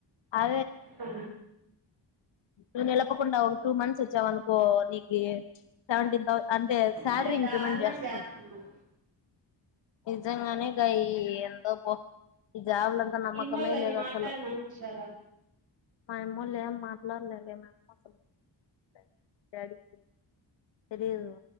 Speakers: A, on the left; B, on the right.
A: అ
B: హు
A: నువ్వు నిలపకుండా ఒక టూ మంత్స్ వచ్చావ అనుకో నీకు సెవెంటీన్ తౌసండ్ అంటే శాలరీ
B: మరి
A: ఇంక్రిమెంట్
B: దారుణం
A: చేస్తాం
B: చేస్తున్నారు
A: ఇజంగానే గాయి ఎంధో పో జాబ్లంతా నమ్మకమే
B: ఎన్నోళ్ళని
A: లేదు
B: మాట్లాడమనొచ్చు
A: అసలు
B: కదా
A: మా అమ్మోళ్ళు ఏం మాట్లాడలేదే <unintelligible> తెలిదు